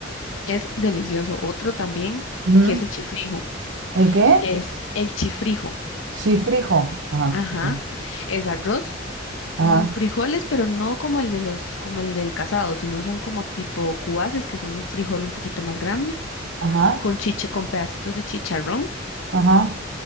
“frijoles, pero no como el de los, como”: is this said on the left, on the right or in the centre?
Left